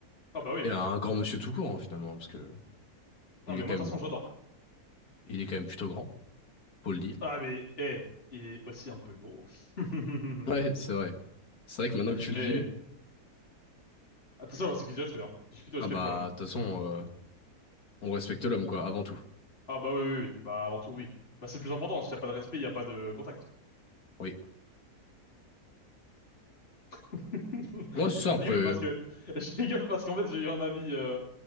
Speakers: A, on the left (about 40°); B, on the left (about 70°).
A: Ah bah oui.
B: et un grand monsieur tout court, hein, finalement, parce que il
A: Non, mais
B: est quand
A: moi, de
B: même,
A: toute façon, j'adore.
B: il est quand même plutôt grand, faut le dire.
A: Ah mais, eh, il est aussi un peu gros. <laughs>
B: Ouais, c'est vrai. C'est vrai que maintenant que tu
A: Mais,
B: le dis,
A: attention, hein, c'est qui du respect, hein. J'ai qui du respect
B: ah bah,
A: pour l'homme.
B: de toute façon, euh, on respecte l'homme, quoi, avant tout.
A: Ah bah oui, oui, oui. Bah avant tout, oui. Bah c'est le plus important, s'il n'y a pas de respect, il n'y a pas de contact.
B: Oui.
A: <laughs>
B: Ouais, c'est ça,
A: Je
B: après.
A: rigole
B: euh,
A: parce que, <laughs> je rigole parce qu'en fait, j'ai eu un avis euh,